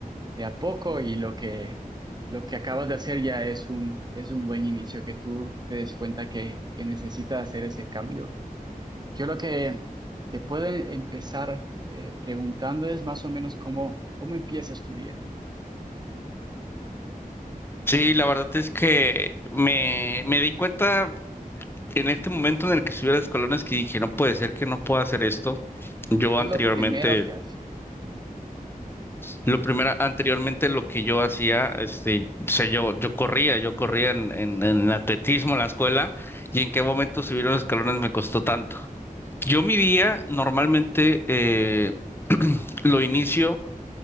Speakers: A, on the right; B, on the left.
A: de a poco y lo que, lo que acabas de hacer ya es un, es un buen inicio, que tú te des cuenta que, que necesitas hacer ese cambio. Yo lo que te puedo empezar eh, preguntando es más o menos cómo, cómo empiezas tu día.
B: Sí, la verdad es que me, me di cuenta en este momento en el que subí a las colones que dije, no puede ser que no pueda hacer esto. Yo
A: ¿Qué
B: anteriormente
A: es lo primero que haces?
B: Lo primero, anteriormente lo que yo hacía, este, sé, yo, yo corría, yo corría en, en, en atletismo en la escuela y en qué momento subir los escalones me costó tanto. Yo mi día normalmente eh, <clears throat> lo inicio,